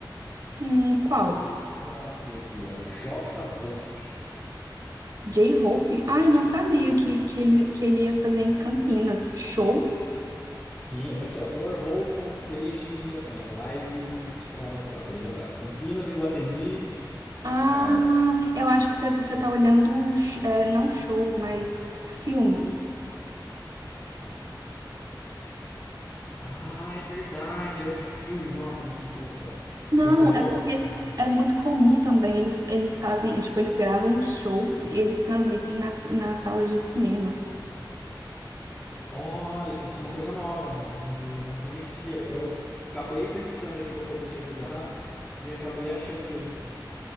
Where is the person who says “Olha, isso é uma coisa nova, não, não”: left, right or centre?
Left